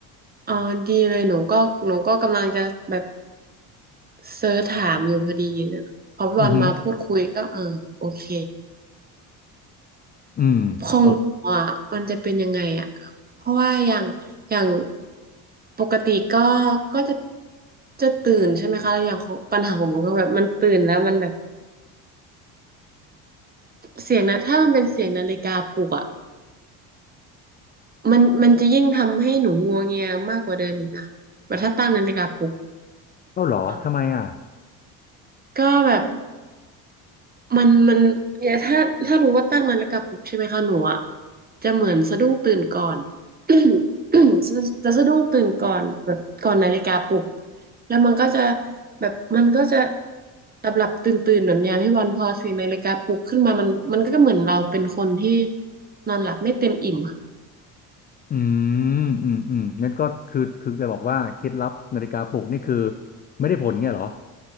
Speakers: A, on the right (about 20°); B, on the left (about 25°).
A: อ๋อดีเลยหนูก็หนูก็กำลังจะแบบเซิร์ชถามอยู่พอดีพอพี่บอลมาพูดคุยก็เออโอเค
B: อือฮึอืมโอเค
A: ของหนูอ่ะมันจะเป็นยังไงอ่ะเพราะว่าอย่างอย่างปกติก็ก็จะจะตื่นใช่ไหมคะแล้วอย่างของปัญหาของหนูก็แบบมันตื่นแล้วมันแบบเสียงนะถ้ามันเป็นเสียงนาฬิกาปลุกอ่ะมันมันจะยิ่งทำให้หนูงัวเงียมากกว่าเดิมอีกนะแบบถ้าตั้งนาฬิกาปลุก
B: เอ้าเหรอทำไมอ่ะ
A: อะก็แบบ มันมันเนี่ยถ้าถ้ารู้ว่าตั้งนาฬิกาปลุกใช่ไหมคะหนูอ่ะจะเหมือนสะดุ้งตื่นก่อน <clears throat> <coughs> จะจะสะดุ้งตื่นก่อนแบบก่อนนาฬิกาปลุกแล้วมันก็จะแบบมันก็จะหลับหลับตื่นตื่นแบบเนี้ยพี่วันพอเสียงนาฬิกาปลุกขึ้นมามันมันก็เหมือนเราเป็นคนที่นอนหลับไม่เต็มอิ่มอะ
B: อืมอืมอืมงั้นก็คือคือจะบอกว่าเคล็ดลับนาฬิกาปลุกนี่คือไม่ได้ผลเงี้ยเหรอ